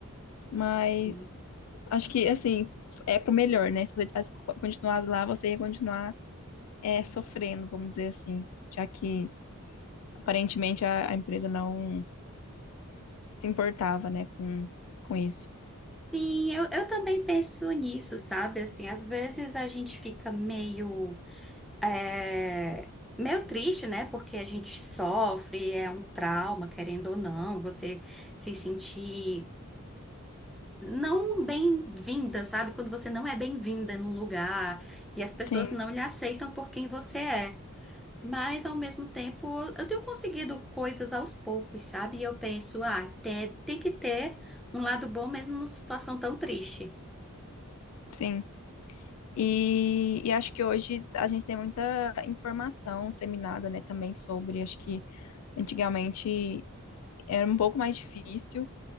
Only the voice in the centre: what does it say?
Sim.
Sim, eu, eu também penso nisso, sabe? Assim, às vezes a gente fica meio, é, meio triste, né? Porque a gente sofre, é um trauma, querendo ou não, você se sentir não bem-vinda, sabe? Quando você não é bem-vinda num lugar e as pessoas
não lhe aceitam por quem você é. Mas, ao mesmo tempo, eu tenho conseguido coisas aos poucos, sabe? E eu penso, ah, te- tem que ter um lado bom mesmo numa situação tão triste.